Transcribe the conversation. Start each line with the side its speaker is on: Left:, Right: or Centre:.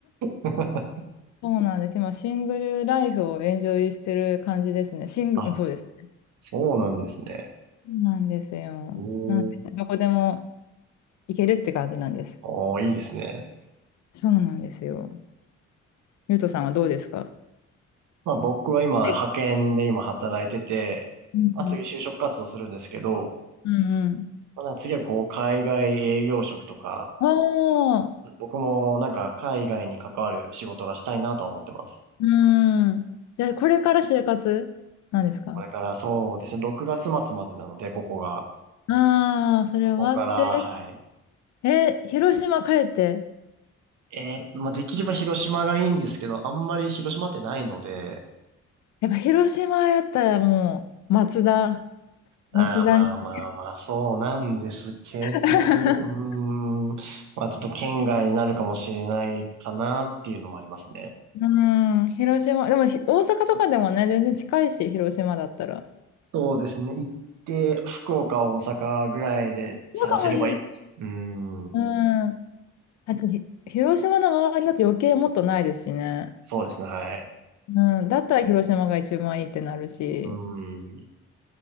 Right: あは
Left: そうなんです。今、シングルライフをエンジョイしてる感じですね。シング、
Right: あ。
Left: うんそうです。
Right: <laughs> あ、そうなんですね。
Left: そうなんですよ。
Right: お
Left: なんで、
Right: ー
Left: どこでも行けるって感じなんです。
Right: おー、いいですね。
Left: そうなんですよ。ゆうとさんはどうですか
Right: まあ僕は今、
Left: はい
Right: 派遣で今働いてて、
Left: うんうん。
Right: まあ次就職活動するんですけど、
Left: うんうん。
Right: まあ、なんか次はこう、海外営業職とか、
Left: おー、
Right: 僕もなんか海外に関わる仕事がしたいなとは思ってます。
Left: うん。じゃあ、これから就活なんですか
Right: これからそうですね、6月末までなので、ここが。
Left: ああ、それ終わって。
Right: ここから、はい。
Left: え、広島帰って。
Right: えー、まあできれば広島がいいんですけど、あんまり広島ってないので、
Left: やっぱ広島やったらもう、松田。
Right: ああ、
Left: 松田に。
Right: まあまあまあ、そうなんですけど、
Left: <laughs>
Right: うーん、まあちょっと県外になるかもしれないかなっていうのもありますね。
Left: うん、広島。でもひ、大阪とかでもね、全然近いし、広島だったら。
Right: そうですね。行って、福岡、大阪ぐらいで探せればいい。
Left: そうかもいい。
Right: うーん、
Left: うん。だってひ、広島の周りだと余計もっとないですしね。
Right: そうですね、はい。
Left: うん。だったら広島が一番いいってなるし。
Right: うーん、